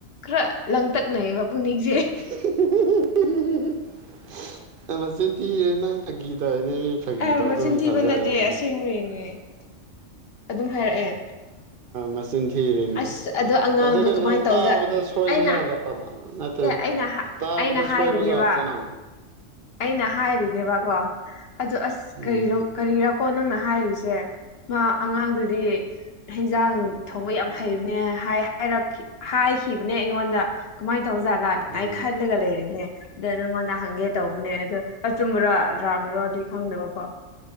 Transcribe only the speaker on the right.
<unintelligible> ꯃꯆꯤꯟꯊꯤꯔꯦ ꯅꯪ ꯐꯥꯒꯤ ꯇꯧ <unintelligible> ꯐꯥꯒꯤ
ꯇꯧꯗꯧ
ꯊꯥꯖꯔ ꯃꯥꯅꯤ
ꯃꯆꯤꯟ ꯊꯤꯔꯤꯅꯦ
ꯑꯗꯨꯒ
ꯅꯪ
ꯇꯥꯕꯗ ꯁꯣꯏꯕꯖꯥꯠꯂꯣ
ꯅꯠꯇꯦ
ꯇꯕꯗ
ꯁꯣꯏꯕꯖꯥꯂꯅ
ꯎꯝ
ꯎꯝ